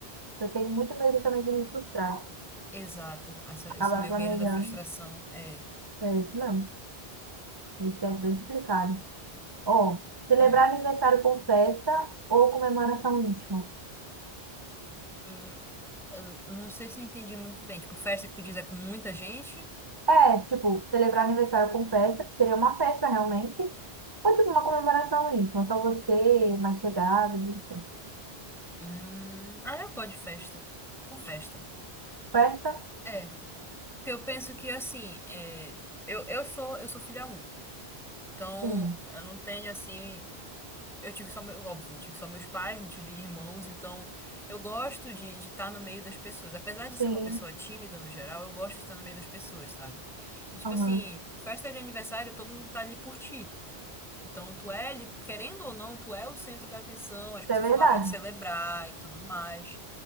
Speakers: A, on the right; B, in the centre.
A: Eu tenho muito medo também de me frustrar,
B: Exato. Essa-
A: acabar
B: esse meu
A: planejando.
B: medo da frustração é.
A: É isso mesmo, isso é bem complicado. Ou celebrar
B: Hum.
A: aniversário com festa ou comemoração íntima.
B: Hum. Eu não sei se eu entendi muito bem. Tipo, festa que tu diz é com muita gente?
A: É, tipo, celebrar aniversário com festa, que seria uma festa realmente, ou tipo uma comemoração íntima, só você, mais chegados, enfim.
B: Hum. Ah, eu gosto de festa. Com festa.
A: Festa,
B: É. Porque eu penso que, assim, é, eu, eu sou, eu sou filha única. Então,
A: sim,
B: eu não tenho, assim. Eu tive só, meu, óbvio, eu tive só meus pais, não tive irmãos. Então, eu gosto de estar no meio das pessoas. Apesar de ser
A: sim,
B: uma pessoa tímida no geral, eu gosto de estar no meio das pessoas, sabe? E, tipo
A: aham.
B: assim, festa de aniversário, todo mundo tá ali por ti. Então, tu é, ali- querendo ou não, tu é o centro da atenção, as
A: Isso
B: pessoas
A: é verdade,
B: estão lá pra te celebrar e tudo mais.